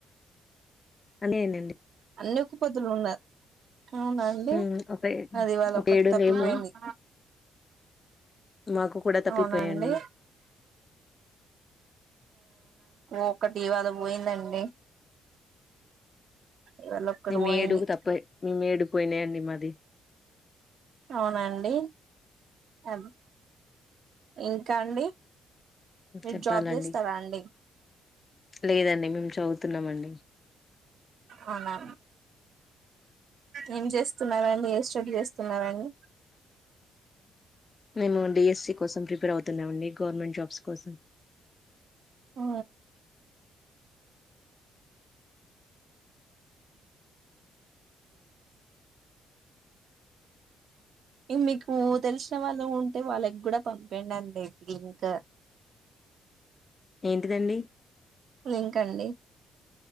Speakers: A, on the left (about 30°); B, on the right (about 65°).
A: అదేనండి
B: అన్ని ఒక పొద్దులో ఉన్నాయి
A: హ్మ్ ఒక
B: అది ఇవాళ్ళ
A: ఒక
B: ఒక్కటి
A: ఏడు
B: తప్పిపోయింది
A: లేము మాకు కూడా తప్పిపోయండి
B: అవునండి ఒక్కటి ఇవాళ పోయిందండి ఇవాళ ఒక్కటి
A: మే
B: పోయింది
A: ఏడుగు తప్ప మేము ఏడుగుపోయినాయండి మాది
B: అవునండి అది ఇంకా అండి మీరు
A: చెప్పాలండి
B: జాబ్ చేస్తారా అండి
A: లేదండి మీ చదువుతున్నామండి.
B: అవునా ఏం చేస్తున్నారండి ఏ స్టడీ చేస్తున్నారండి.
A: మేము డి ఎస్సి కోసం ప్రిపేర్ అవుతున్నామండి గవర్నమెంట్ జాబ్స్ కోసం
B: ఆ ఇ మీకు తెలిసిన వాళ్ళు ఉంటే వాళ్ళకి కూడా పంపండి అండి అయితే ఇంకా
A: ఏంటిదండి
B: ఇంకండి